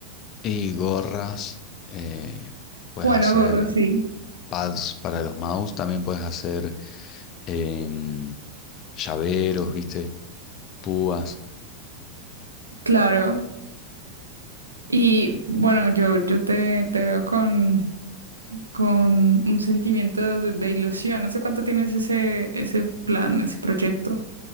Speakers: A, on the left; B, on the right.
A: Y gorras. eh, puedes
B: Bueno,
A: hacer
B: gorro, sí,
A: pads para los mouse. También puedes hacer em, llaveros, ¿viste? Púas.
B: claro. Y bueno, yo, yo te, te veo con, con un sentimiento de, de ilusión. ¿Hace cuánto tienes ese, ese plan, ese proyecto?